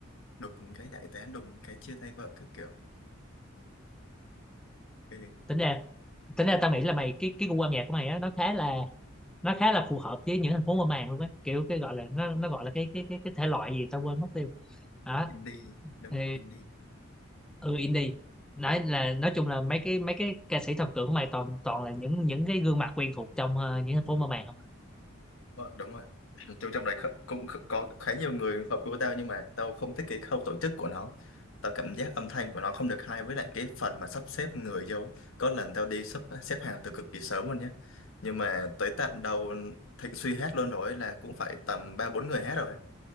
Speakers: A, on the left (about 75°); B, in the centre.
A: đùng cái giải tán đùng cái chia tay vợ các kiểu cái hình
B: tính ra tính ra tao nghĩ là mày cái cái gu âm nhạc của mày á nó khá là nó khá là phù hợp với những thành phố mơ màng luôn á kiểu cái gọi là nó nó gọi là cái cái cái cái thể loại gì tao quên mất tiêu đó
A: indie đúng
B: thì
A: không indie
B: ừ indie đấy là nói chung là mấy cái mấy cái ca sĩ thần tượng của mày toàn toàn là những những cái gương mặt quen thuộc trong ờ, những thành phố mơ màng không
A: vợ đúng rồi tôi trong đấy kh- cũng kh- có khá nhiều người hợp của tao nhưng mà tao không thích cái khâu tổ chức của nó tao cảm giác âm thanh của nó không được hay với lại cái phần mà sắp xếp người vô ấy. có lần tao đi xếp xếp hàng từ cực kỳ sớm luôn nhé nhưng mà tới tận đầu Thịnh Suy hát luôn rồi ấy là cũng phải tầm ba bốn người hát rồi ấy.